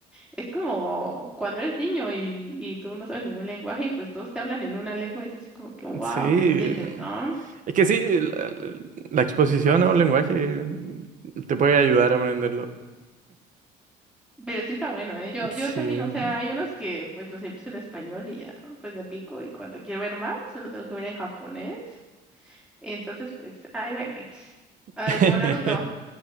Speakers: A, in the centre; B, on the right.
A: es como cuando eres niño y, y tú no sabes ningún lenguaje y pues todos te hablan en una lengua y es así como que, wow,
B: Sí, eh,
A: ¿me entiendes, no?
B: es que sí, la, la exposición a un lenguaje mm, te puede ayudar a aprenderlo.
A: Pero sí está bueno, ¿eh? Yo, yo
B: Sí.
A: también, o sea, hay unos que pues los empiezo en español y ya, pues me pico y cuando quiero ver más, solo tengo que ver en japonés. Entonces, pues, ay, bueno, X.
B: <laughs>
A: Ah, como Naruto.